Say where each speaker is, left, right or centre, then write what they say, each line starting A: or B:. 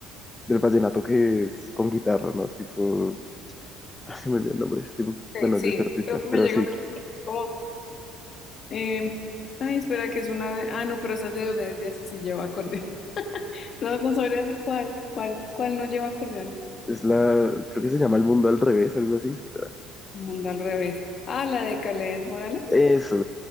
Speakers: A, on the left; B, on the left.
A: del vallenato que es con guitarra, ¿no? Tipo, <laughs> se me olvidó el nombre de este,
B: Sí,
A: bueno,
B: sí,
A: de ese artista,
B: creo que me
A: pero
B: llega
A: sí,
B: como Eh, ay, espera, que es una. de- Ah, no, pero esa es de Obediencia, sí, sí lleva acordeón. <laughs> No, no sabría decir cuál, cuál, cuál no lleva acordeón.
A: es la, creo que se llama El Mundo al Revés, algo así. espera.
B: mundo al revés. Ah, la de Kaleth Morales.
A: Eso,